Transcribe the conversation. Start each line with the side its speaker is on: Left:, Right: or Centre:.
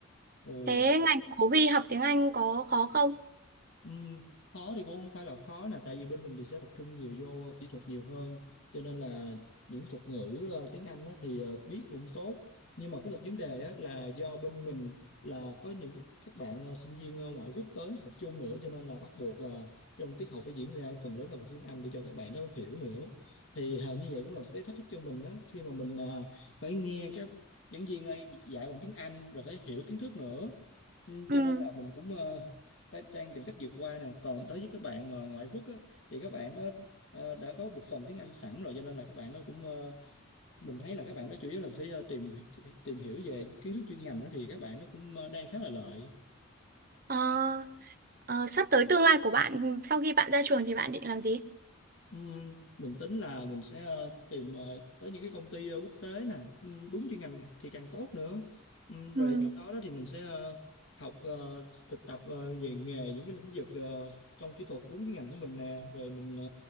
Left: Ồ.
Right: Thế ngành của Huy học tiếng Anh có khó không?
Left: Ừm, khó thì cũng không phải là khó là tại vì bên mình thì sẽ tập trung nhiều vô ờ, kỹ thuật nhiều hơn cho nên là những cái thuật ngữ ờ, tiếng Anh á, thì ờ, biết cũng tốt nhưng mà có một vấn đề á, là do bên mình là có những các bạn ờ, sinh viên ờ, ngoại quốc tới học chung nữa cho nên là bắt buộc ờ, trong tiết học phải diễn ra phần lớn là bằng tiếng Anh để cho các bạn đó hiểu nữa thì ờ, như vậy cũng là một cái thách thức cho mình á khi mà mình ờ, phải nghe các giảng viên ấy dạy bằng tiếng Anh rồi phải hiểu kiến thức nữa Ừ,
Right: Ừ.
Left: cho nên là mình cũng ờ, phải trang tìm cách vượt qua nè còn đối với các bạn mà ngoại quốc á, thì các bạn đó ờ, đã có một phần tiếng Anh sẵn rồi cho nên là các bạn đó cũng ờ, mình thấy là các bạn đó chủ yếu là phải ờ, tìm tìm hiểu về kiến thức chuyên ngành đó thì các bạn nó cũng ờ, đang khá là lợi
Right: Ờ, ờ, sắp tới tương lai của bạn sau khi bạn ra trường thì bạn định làm gì?
Left: Ừm, mình tính là mình sẽ ờ, tìm ờ, tới những cái công ty ờ, quốc tế nè ừm, đúng chuyên ngành thì càng tốt nữa Ừm, rồi
Right: Ừ.
Left: trong đó đó thì mình sẽ ờ, học ờ, thực tập ờ, về nghề những cái lĩnh vực ờ, trong kỹ thuật đúng cái ngành của mình nè rồi mình ờ,